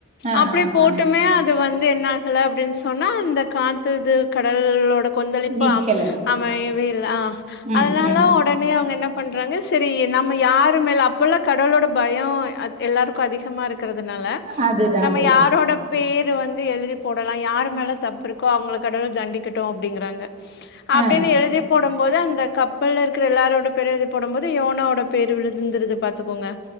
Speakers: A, on the right (about 35°); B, on the left (about 55°).
A: ஆ
B: அப்டி
A: ஆ
B: போட்டுமே
A: ஆ
B: அது வந்து என்ன ல அப்டின்னு சொன்னா இந்த காத்து இது கடலோட கொந்த இப்பம்
A: நிக்கல
B: அமையவே இல்ல அ
A: ம்
B: அதனால
A: ம்
B: உடனே அவுங்க என்ன பண்றாங்க சரி நம்ம யாரு மேல அப்பல்லா கடவுளோட பயம் அது எல்லாருக்கும் அதிகமா இருக்கிறதுனால
A: அதுதா
B: நம்ம
A: அதுதா
B: யாரோட பேரு வந்து எழுதி போடலாம் யாரு மேல தப்பு இருக்கோ அவுங்க கடவுள் தண்டிகட்டும் அப்டிங்றாங்க அப்டின்னு
A: ஆ
B: எழுதி போடும் போது அந்த கப்பல்ல இருக்குற எல்லாரோட பேரு எழுதி போடும் போது யோனாவோட பேரு விழுந்துருது பாத்துக்கோங்க